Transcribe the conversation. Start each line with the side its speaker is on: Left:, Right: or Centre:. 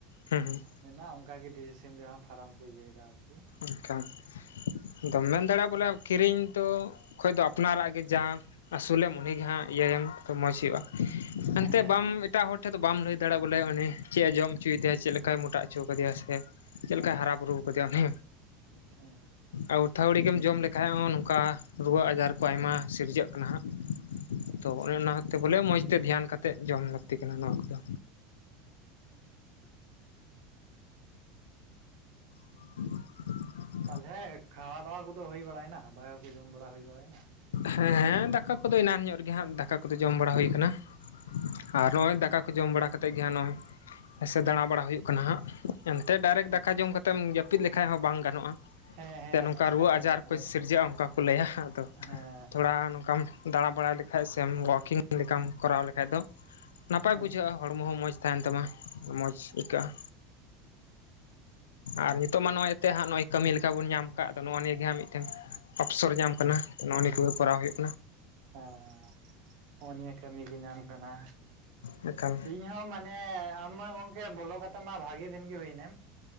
Left: ᱦᱩᱸ ᱦᱩᱸ
Right: ᱢᱮᱱᱟᱜᱼᱟ ᱚᱱᱠᱟᱜ ᱜᱮ ᱰᱤᱡᱤ ᱥᱤᱢ ᱨᱮᱭᱟᱜ ᱦᱚᱸ ᱯᱷᱟᱨᱟᱢ ᱠᱚ ᱤᱭᱟᱹᱭᱮᱫᱟ ᱟᱨᱠᱤ᱾
Left: ᱮᱱᱠᱷᱟᱱ ᱟᱫᱚᱢ ᱢᱮᱱ ᱫᱟᱲᱮᱭᱟᱜᱼᱟ ᱵᱚᱞᱮ ᱠᱤᱨᱤᱧ ᱛᱚ ᱠᱷᱚᱡ ᱫᱚ ᱟᱯᱱᱟᱨᱟᱜ ᱜᱮ ᱡᱟ ᱟᱹᱥᱩᱞᱮᱢ ᱩᱱᱤᱜᱮ ᱦᱟᱸᱜ ᱤᱭᱟᱹᱭᱮᱢ ᱛᱚ ᱢᱚᱸᱡᱽ ᱦᱩᱭᱩᱜᱼᱟ᱾ ᱮᱱᱛᱮ
Right: ᱦᱮᱸ
Left: ᱵᱟᱢ ᱮᱴᱟᱜ ᱦᱚᱲ ᱟ ᱴᱷᱮᱱ <unintelligible> ᱫᱚ ᱵᱟᱢ ᱞᱟᱹᱭ ᱫᱟᱲᱮᱭᱟᱜᱼᱟ ᱵᱚᱞᱮ ᱩᱱᱤ ᱪᱮᱫ ᱮ ᱡᱚᱢ ᱚᱪᱚᱭᱮᱭᱟ ᱪᱮᱫ ᱞᱮᱠᱟᱭ ᱢᱚᱴᱟ ᱚᱪᱚᱣ ᱟᱠᱟᱫᱮᱭᱟ ᱥᱮ ᱪᱮᱫ ᱞᱮᱠᱟᱭ ᱦᱟᱨᱟ ᱵᱩᱨᱩ ᱟᱠᱟᱫᱮᱭᱟ ᱩᱱᱤ᱾
Right: ᱦᱟᱸ ᱦᱟᱸ
Left: ᱟᱹᱣᱛᱷᱣᱟᱹᱲᱤ ᱜᱮᱢ ᱡᱚᱢ ᱞᱮᱠᱷᱟᱡ ᱦᱚᱸ ᱱᱚᱝᱠᱟ ᱨᱩᱣᱟᱹ ᱟᱡᱟᱨ ᱠᱚ ᱟᱭᱢᱟ ᱥᱤᱨᱡᱟᱹᱜ ᱠᱟᱱᱟ ᱦᱟᱸᱜ᱾
Right: ᱦᱮᱸ
Left: ᱛᱚ
Right: ᱟᱪᱪᱷᱟ
Left: ᱚᱱᱮ ᱚᱱᱟᱛᱮ ᱵᱚᱞᱮ ᱢᱚᱸᱡᱽ ᱛᱮ ᱫᱷᱮᱭᱟᱱᱠᱟᱛᱣ ᱡᱚᱢ ᱞᱟᱹᱠᱛᱤ ᱠᱟᱱᱟ ᱱᱚᱣᱟ ᱠᱚᱫᱚ᱾ <unintelligible>
Right: ᱞᱮ ᱠᱷᱟᱣᱟ ᱫᱣᱟ ᱠᱚᱫᱚ ᱦᱳᱭ ᱵᱟᱲᱟᱭᱮᱱᱟ ᱫᱟᱠᱟ ᱠᱚ ᱡᱚᱢ ᱵᱟᱲᱟ ᱦᱳᱭ ᱵᱟᱲᱟᱭ ᱱᱟ?
Left: ᱦᱮᱸ ᱦᱮᱸ ᱫᱟᱠᱟ ᱠᱚᱫᱚ ᱮᱱᱟᱱ ᱧᱚᱜ ᱨᱮᱜᱮ ᱦᱟᱜ ᱫᱟᱠᱟ ᱠᱚᱫᱚ ᱡᱚᱢ ᱵᱟᱲᱟ ᱦᱳᱭ ᱠᱟᱱᱟ ᱾
Right: ᱟᱪᱪᱷᱟ
Left: ᱟᱨ ᱨᱚᱦᱚᱭ ᱫᱟᱠᱟ ᱠᱚ ᱡᱚᱢ ᱵᱟᱲᱟ ᱠᱟᱛᱮᱫ ᱜᱮ ᱦᱟᱸᱜ ᱱᱚᱜᱼᱚᱭ ᱥᱮ ᱫᱟᱬᱟᱵᱟᱲᱟ ᱦᱳᱭᱳᱜ ᱠᱟᱱᱟ ᱦᱟᱸᱜ᱾ ᱮᱱᱛᱮᱫ ᱰᱟᱭᱨᱮᱠᱴ ᱫᱟᱠᱟ
Right: ᱟᱪᱪᱷᱟ
Left: ᱡᱚᱢ ᱠᱟᱛᱮᱢ ᱡᱟᱹᱯᱤᱫ ᱞᱮᱠᱷᱟᱡ ᱦᱚᱸ ᱵᱟᱝ ᱜᱟᱱᱚᱜᱼᱟ᱾
Right: ᱦᱮᱸ
Left: ᱮᱱᱛᱮᱫ
Right: ᱦᱮᱸ
Left: ᱱᱚᱝᱠᱟ ᱨᱩᱣᱟᱹ
Right: ᱦᱮᱸ
Left: ᱟᱡᱟᱨ
Right: ᱮᱠᱫᱚᱢ
Left: ᱠᱚ ᱥᱤᱨᱡᱟᱹᱜᱼᱟ ᱚᱱᱠᱟ ᱠᱚ ᱞᱟᱹᱭᱟ ᱦᱟᱝ᱾
Right: ᱦᱮᱸ ᱦᱮᱸ
Left: ᱛᱷᱚᱲᱟ ᱱᱚᱝᱠᱟᱢ ᱫᱟᱬᱟ ᱵᱟᱲᱟᱭ ᱞᱮᱠᱷᱟᱡ ᱥᱮ ᱳᱣᱟᱠᱤᱝ ᱞᱮᱠᱟᱢ ᱠᱚᱨᱟᱣ ᱞᱮᱠᱷᱟᱡ ᱫᱚ᱾ ᱱᱟᱯᱟᱭ
Right: ᱦᱮᱸ
Left: ᱵᱩᱡᱷᱟᱹᱜᱼᱟ ᱦᱚᱲᱢᱚ ᱦᱚᱸ ᱢᱚᱡᱽ ᱛᱟᱦᱮᱱ ᱛᱟᱢᱟ ᱢᱚᱡᱽ
Right: ᱟᱪᱪᱷᱟ
Left: ᱟᱹᱭᱠᱟᱹᱜᱼᱟ᱾ ᱟᱨ ᱱᱤᱛᱳᱜ ᱢᱟ ᱱᱚᱜᱼᱚᱭ ᱛᱮ ᱦᱟᱸᱜ ᱱᱚᱜᱼᱚᱭ ᱠᱟᱹᱢᱤ ᱞᱮᱠᱟ ᱵᱚᱱ ᱧᱟᱢ ᱠᱟᱜ ᱟᱫᱚ ᱱᱚᱜᱼᱚ ᱱᱤᱭᱟᱹ ᱜᱮ ᱦᱟᱸᱜ ᱢᱤᱫᱴᱮᱱ ᱚᱯᱥᱚᱨ ᱧᱟᱢ ᱠᱟᱱᱟ ᱱᱚᱜᱼᱚᱭ ᱱᱤᱭᱟᱹ ᱠᱚ ᱜᱮ ᱠᱚᱨᱟᱣ ᱦᱩᱭᱩᱜ ᱠᱟᱱᱟ᱾
Right: ᱦᱟᱸ ᱦᱚᱜᱼᱚᱭ ᱱᱤᱭᱟᱹ ᱠᱟᱹᱢᱤ ᱜᱮ ᱧᱟᱢ ᱠᱟᱱᱟ᱾
Left: ᱮᱠᱟᱞ
Right: ᱤᱧ ᱦᱚᱸ ᱢᱟᱱ ᱢᱟᱱᱮ ᱟᱢ ᱢᱟ ᱜᱚᱝᱠᱮ ᱵᱚᱞᱚ ᱠᱟᱛᱮ ᱢᱟ ᱵᱷᱟᱜᱤ ᱫᱤᱱ ᱜᱮ ᱦᱳᱭ ᱱᱮᱢ